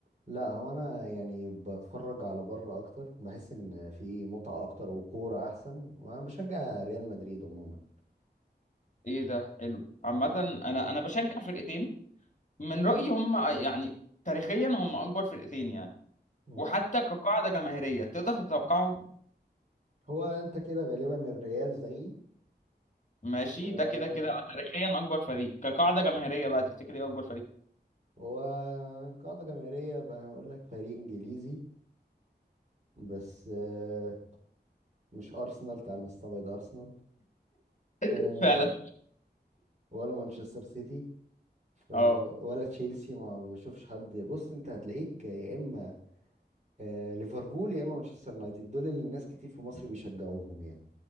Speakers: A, on the right; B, on the left.
A: لا هو انا يعني بتفرج على بره اكتر بحس ان في متعه اكتر وكوره احسن وانا بشجع ريال مدريد عموما
B: ايه ده حلو عامه انا انا بشجع فرقتين من رأيي هم يعني تاريخيا هم أكبر فرقتين يعني
A: مم.
B: وحتى كقاعدة جماهيرية تقدر تتوقعه
A: هو انت كده غالبا الريال زيي
B: ماشي
A: و
B: ده كده كده تاريخيا أكبر فريق كقاعدة جماهيرية بقى تفتكر إيه أكبر فريق
A: هو قاعده جماهيريه بقى هقول لك فريق انجليزي بس آه، مش ارسنال تعال نستبعد ارسنال آه،
B: <laughs> فعلا
A: ولا مانشستر سيتي ف...
B: اه
A: ولا تشيلسي ما بشوفش حد بص انت هتلاقيك يا اما آه، ليفربول يا اما مانشستر يونايتد دول اللي الناس كتير في مصر بيشجعوهم يعني